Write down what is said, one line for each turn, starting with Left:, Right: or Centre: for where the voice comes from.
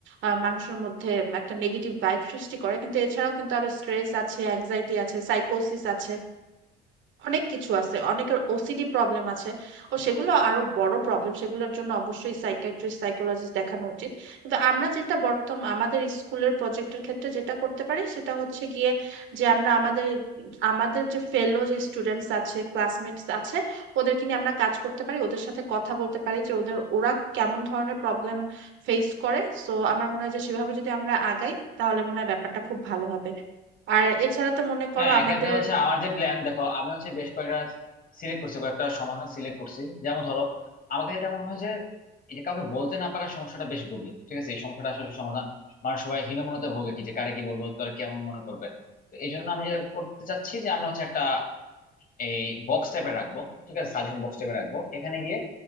Right: আহ, মানুষের মধ্যে একটা নেগেটিভ ভাইব সৃষ্টি করে কিন্তু এছাড়াও কিন্তু আরো স্ট্রেস আছে অ্যাংজাইটি আছে সাইকোসিস আছে অনেক কিছু আছে অনেকের ওসিডি প্রবলেম আছে ও সেগুলো আরো বড় প্রবলেম সেগুলোর জন্য অবশ্যই সাইকিয়াট্রিস্ট সাইকোলজিস্ট দেখানো উচিত কিন্তু আমরা যেটা বর্তমান আমাদের স্কুলের প্রজেক্টের ক্ষেত্রে যেটা করতে পারি সেটা হচ্ছে গিয়ে যে আমরা আমাদের আমাদের যে ফেলো যে স্টুডেন্টস আছে ক্লাসমেটস আছে ওদেরকে নিয়ে আমরা কাজ করতে পারি ওদের সাথে কথা বলতে পারি যে ওদের ওরা কেমন ধরনের প্রবলেম ফেস করে সো আমার মনে হয় যে সেভাবে যদি আমরা আগাই তাহলে মনে হয় ব্যাপারটা খুব ভালো হবে আর এছাড়া তো মনে করো
Left: হ্যাঁ এক্ষেত্রে
Right: আমাদের
Left: হচ্ছে আমার যে প্ল্যান দেখো আমি হচ্ছে বেশ কয়েকটা সিলেক্ট করছি কয়েকটা সমাধান সিলেক্ট করছি যেমন ধরো আমার কাছে এটা মনে হয় যে এই যে কাউকে বলতে না পারার সমস্যাটা বেশ গভীর ঠিক আছে এই সমস্যাটা আসলে সমাধান মানুষ সবাই হীনমন্যতায় ভোগে কি যে কারে কি বলবো তোরা কেমন মনে করবে তো এই জন্য আমি যেটা করতে চাচ্ছি যে আমরা হচ্ছে একটা এই বক্স টাইপে রাখবো ঠিক আছে সাজেশন বক্স টাইপে রাখবো এখানে গিয়ে